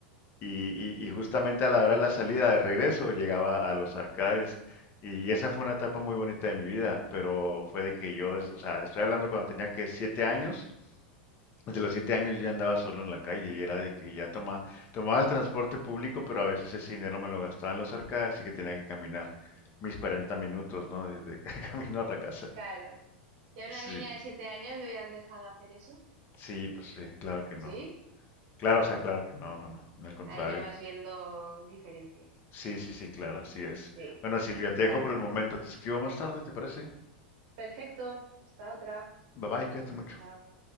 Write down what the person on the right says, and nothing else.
Claro.
Claro. Si a una
niña de siete años le hubieran dejado hacer eso,
¿Sí?
Ah,
ahí ya vas viendo diferencias.
sí,
claro.
Perfecto. Hasta otra.
Chao.